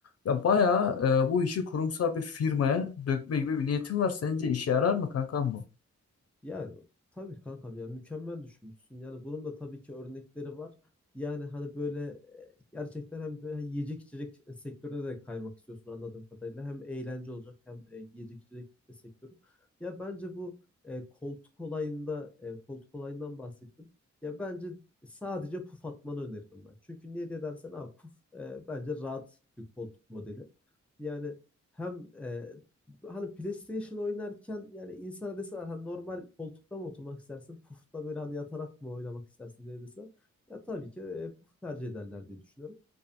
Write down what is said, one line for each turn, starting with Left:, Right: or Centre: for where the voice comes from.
Left: Ya bayağı e, bu işi kurumsal bir firmaya dökme gibi bir niyetim var. Sence işe yarar mı kankam bu?
Centre: Ya tabii kankam ya mükemmel düşünmüşsün. Yani bunun da tabii ki örnekleri var. Yani hani böyle e, gerçekten hem böyle yiyecek içecek sektörüne de kaymak istiyorsun anladığım kadarıyla. Hem eğlence olacak hem e, yiyecek içecek sektörü. Ya bence bu e, koltuk olayında e, koltuk olayından bahsettin. Ya bence sadece puf atmanı öneririm ben. Çünkü niye diye dersen abi puf e, bence rahat bir koltuk modeli. Yani hem e, hani PlayStation oynarken yani insana deseler hani normal koltukta mı oturmak istersin? Pufta böyle hani yatarak mı oynamak istersin diye deseler. Ya tabii ki e, pufu tercih ederler diye düşünüyorum.